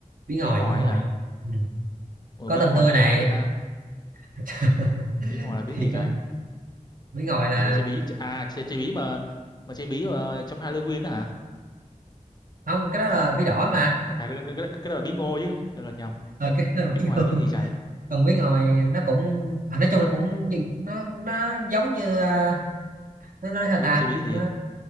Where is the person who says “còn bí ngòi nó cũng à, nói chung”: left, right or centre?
Right